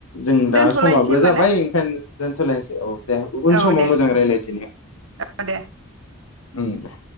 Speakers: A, on the left (about 90°); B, on the right (about 60°).
A: जों
B: दोनथ'लायनोसै
A: दा समाबो
B: होमबा
A: जाबाय
B: ना
A: ओंखायनो थोलायनोसै औ दे गुबुन
B: औ
A: समाव
B: दे
A: मोजां
B: दे
A: रायलायदिनि दे
B: औ दे
A: ओम दे।